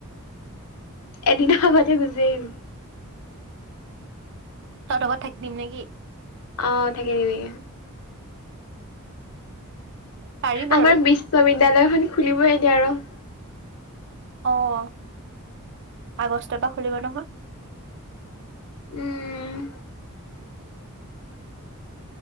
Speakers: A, on the left (about 80°); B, on the right (about 55°).
A: এদিনৰ আগতে গুজি আহিবি।
B: তহঁত ঘৰত থাকি দিম নেকি?
A: অ' থাকি দিবি।
B: পাৰি বাৰু
A: আমাৰ বিশ্ববিদ্যয়ালয় খন খুলিবই এতিয়া ৰ'।
B: অ' আগষ্টৰ পৰা খুলিব নহয়।
A: উম
B: আপ